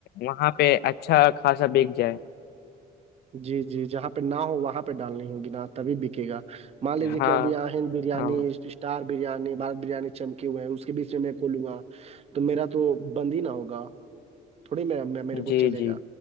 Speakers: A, on the left; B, on the right.
A: وہاں پہ اچھا خاصا بییک جائے
B: جی جی جہاں پہ نہ ہو وہاں پہ ڈالنی ہوگی نا تبھی بکے گا مان لیجیے
A: ہاں
B: کہ ابھی اہن بریانی
A: ہاں
B: چار بریانی بارت بریانی چمکے ہوئے ہیں اس کے بیچ میں کھولوں گا تو میرا تو بند ہی نہ ہوگا تھوڑی م میں میرے کو
A: جی
B: چلے
A: جی
B: گا